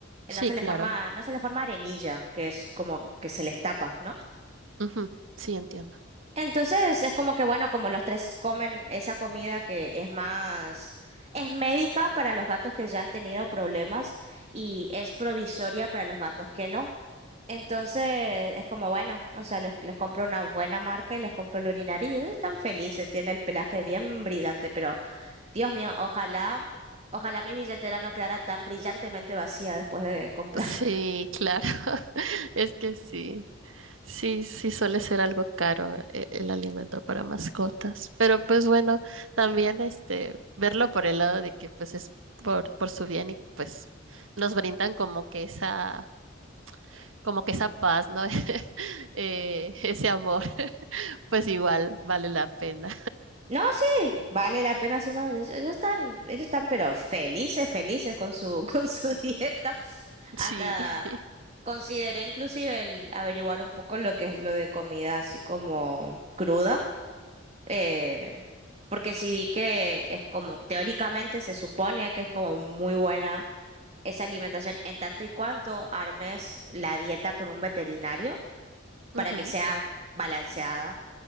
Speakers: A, on the right (about 35°); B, on the right (about 80°).
A: Eh,
B: sí,
A: No se le
B: claro.
A: forma, no se le forma arenilla, que es como que se les tapa, ¿no?
B: Ujú, Sí, entiendo.
A: Entonces es como que, bueno, como los tres comen esa comida que es más, es médica para los gatos que ya han tenido problemas y es provisoria para los gatos que no. Entonces es como, bueno, o sea, les, les compro una buena marca y les compro el urinario y ellos están felices, tiene el pelaje bien brillante, pero... Dios mío, ojalá, ojalá mi billetera no quedara tan brillantemente vacía después de comprar.
B: Sí,
A: <laughs>
B: claro. <laughs> Es que sí, sí, sí suele ser algo caro e- el alimento para mascotas. Pero pues bueno, también este verlo por el lado de que pues es por, por su bien y pues nos brindan como que esa, como que esa paz, ¿no? <laughs> Eh, ese amor, pues igual vale la pena.
A: No, sí, vale la pena, si no, ellos ellos están, ellos están pero felices, felices con su, <laughs> con su dieta. Hasta
B: Sí. <laughs>
A: consideré inclusive el averiguar un poco lo que es lo de comida así como cruda, eh, porque sí vi que es como, teóricamente se supone que es como muy buena esa alimentación en tanto y cuanto armes la dieta con un veterinario para
B: Ujú.
A: que sea balanceada.